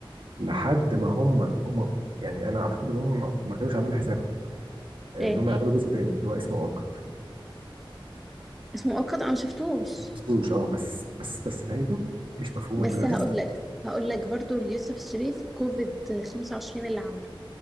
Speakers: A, on the right; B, in the centre.
A: لحد ما هم هم يعني انا اعتقد ان هم ما كانوش عاملين حسابهم آه،
B: ايه
A: ان هم يعملوا جزء تاني اللي هو اسمه مؤقت
B: اسمه مؤقت انا ما شفتوش
A: ما شفتوش اه بس بس بس نهايته مش مفهومه
B: بس
A: تماما
B: هقول لك هقول لك برضه ليوسف الشريف كوفيد 25 اللي عمله